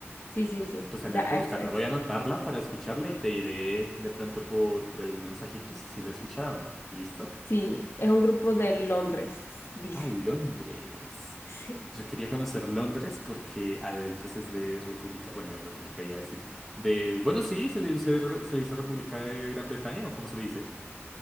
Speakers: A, on the left (about 55°); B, in the centre.
A: Sí, sí, sí.
B: Pues tendría
A: The XX.
B: que buscarla. Voy a anotarla para escucharla y te diré de pronto por, por algún mensajito si sí la he escuchado o no. ¿Listo?
A: Sí, es un grupo de Londres, dice.
B: Ah, Londres.
A: Sí,
B: Yo quería conocer Londres porque Adele pues es de República, bueno, de República iba a decir, de, bueno, sí, se le dice, re- se le dice República de Gran Bretaña o cómo se le dice.